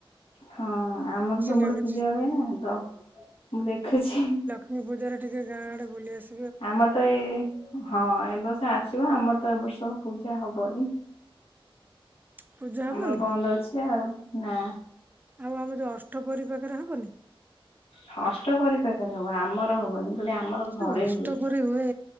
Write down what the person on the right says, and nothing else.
ଲାଗୁଛି
ଏ ପୂଜା ରେ ଟିକେ ଗାଁ ଆଡ଼େ ବୁଲି ଆସ।
ପୂଜା ହବନି
ଆଉ ଆମ ଯୋଉ ଅଷ୍ଟ ପହରି ପାଖରେ ହବନି।
କି
ଅଷ୍ଟ
ପ ପହରୀ ହୁଏ